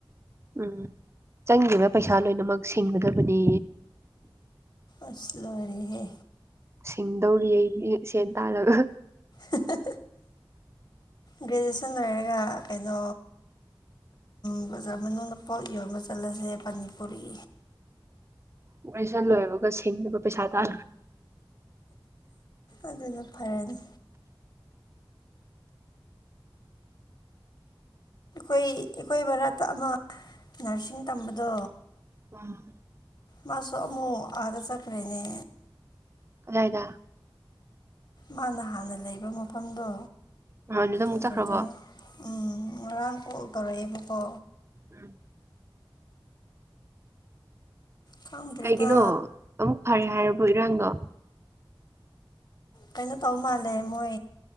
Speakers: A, on the right; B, on the left.
A: ꯎꯝ ꯆꯪꯔꯤꯕ ꯄꯩꯁꯥ ꯂꯣꯏꯅꯃꯛ ꯁꯤꯡꯒꯗꯕꯅꯤ
B: ꯑꯁꯂꯔꯤꯍꯦ
A: ꯁꯤꯡꯗꯧꯔꯤ ꯑꯩꯗꯤ ꯁꯦꯟ ꯇꯥꯔꯒ
B: ꯍ ꯒ꯭ꯔꯦꯖꯨꯁꯟ ꯂꯣꯏꯔꯒ ꯀꯩꯅꯣ ꯑꯣꯖꯥ ꯃꯅꯨꯡꯗ ꯄꯣꯠ ꯌꯣꯟꯕ ꯆꯠꯂꯁꯦ ꯃꯅꯤꯄꯨꯔꯤ
A: ꯒ꯭ꯔꯦꯖꯟ ꯂꯣꯏꯕꯒ ꯁꯤꯡꯅꯕ ꯄꯩꯁꯥ ꯇꯥ
B: ꯑꯗꯨꯅ ꯐꯔꯅꯤ ꯑꯩꯈꯣꯏ ꯑꯩꯈꯣꯏ ꯃꯥꯔꯛꯇ ꯑꯃ ꯅꯔꯁꯤꯡ ꯇꯝꯕꯗꯣ
A: ꯀꯣꯟ <inaudible>
B: ꯃꯥꯁꯨ ꯑꯃꯨꯛ ꯑꯥꯗ ꯆꯠꯈ꯭ꯔꯦꯅꯦ
A: ꯀꯗꯥꯢꯗ
B: ꯃꯥꯅ ꯍꯥꯟꯅ ꯂꯩꯕ ꯃꯐꯝꯗꯣ
A: ꯅꯍꯥꯟꯗꯨꯗ ꯑꯃꯨꯛ
B: ꯑꯗꯨꯗ
A: ꯆꯠꯈ꯭ꯔꯕꯣ
B: ꯎꯝ ꯉꯔꯥꯡ ꯒꯣꯜ ꯇꯧꯔꯛꯑꯦꯕꯀꯣ
A: ꯎꯝ
B: ꯈꯪꯗ꯭ꯔꯦꯗ
A: ꯀꯩꯒꯤꯅꯣ ꯑꯃꯨꯛ ꯐꯔꯦ ꯍꯥꯏꯔꯕꯣ ꯏꯔꯥꯡꯗꯣ
B: ꯀꯩꯅꯣ ꯇꯧ ꯃꯥꯜꯂꯦ ꯃꯣꯏ